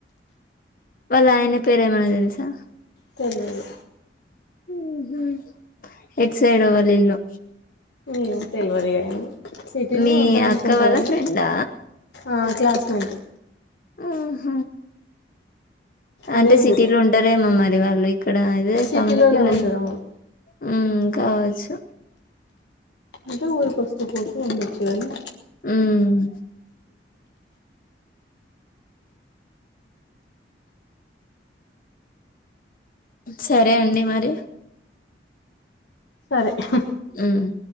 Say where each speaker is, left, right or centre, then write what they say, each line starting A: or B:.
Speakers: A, on the left (about 50°); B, on the left (about 75°).
A: వాళ్ళ ఆయన పేరేమైన దేలసా
B: తెల్వదు
A: ఉహు ఎట్ సైడో వల్లీఇల్లు
B: ఏమో తెల్వదిగా సిటీల్నే
A: మీ
B: ఉంటారనుకుంటా
A: అక్క వాళ్ళ
B: గాని
A: ఫ్రెండా
B: ఆ క్లాస్మేటు
A: ఆహ అంటే
B: అదే
A: సిటీలో
B: ఊరు
A: ఉంటారేమో మరి వాళ్ ఇక్కడ అదే
B: సిటీలోనే
A: కవల పిల్లలు
B: ఉంటారు అవును
A: మ్ కావచ్చు
B: ఇంకా ఊరుక ఓస్తూ పోతూ ఉండొచ్చు గద్నే
A: మ్మ్ సరే అండి మరి
B: సరే హు
A: మ్మ్